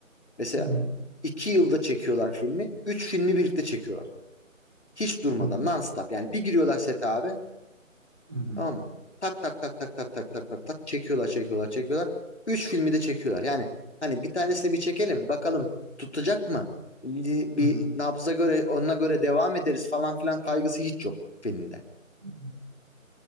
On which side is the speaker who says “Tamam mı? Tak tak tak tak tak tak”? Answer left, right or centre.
Left